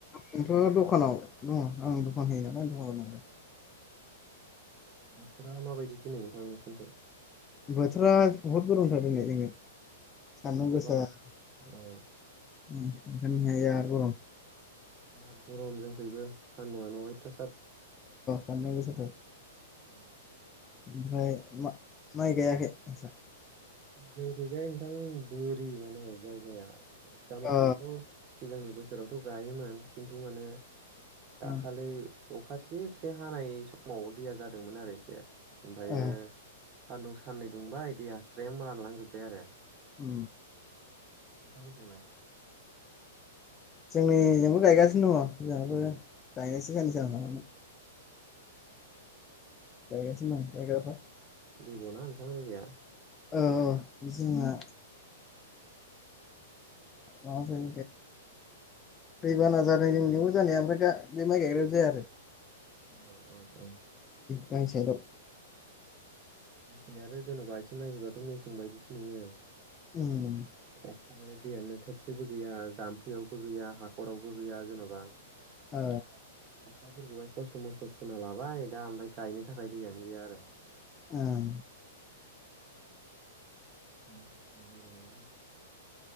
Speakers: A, on the left (about 20°); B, on the right (about 30°).
A: आंथ' दखानाव दङ आं दखान होयो नालाय आं दखानाव दं।
B: बोथोरा माबायदि दिनै नोंथां नोंसिरनिथिं
A: बोथोरा बहुद गोरोंथार दिनै जोङो सान'
B: सान्दुङा
A: गोसा
B: बारा
A: ओंखायनो
B: औ
A: गरम
B: दा गरमजोंखैबो सान्दुङा न'यथासार
A: थनाय गोसा थार
B: <unintelligible>
A: ओमफ्राय माइ गायाखै नों
B: दोनखैजाय नोंथां बोरि माने जायगाया गामाखालिथ'
A: अ
B: सिगांनि बोसोरावथ' गायोमोन। खन माने
A: अ
B: दाखलै अखाथि खसे हानाय समाव दैया जादोंमोन आरो एसे ओमफ्रायो
A: अ
B: सानदुं साननै दुंबाय दैया स्रेम रानलांजोबबाय आरो
A: औ।
B: मथामथिबाय <unintelligible>
A: जोंनिजोंबो गायगासिनो दङ जोंहाबो जायस जानसनानै जाय ग न रायगाबा
B: दैग'ना नोंथां जायगाया
A: औ जोंना मा जाय
B: औ
A: फैबा नाजानाय जोंनिबो जानाया ओमफ्राय दा बे माइ गायग्रायो जाया आरो
B: औ औ औ।
A: गां साइ दाव
B: दै आरो जेनेबा आथिं नायफैबाथ' मेसें बायदिसो नुयो।
A: उम
B: एखखबारे दैयानो थोबसेबो गैया जाम्फैयावबो गैया हाखरावबो। बो गैया जेन'बा
A: ओ
B: फैसाफोरखौहाय खस्थ' मस्थ' खोनालाबाय दा ओमफ्राय गायनो थाखाय दैयानो गैया आरो।
A: ओं
B: जायगा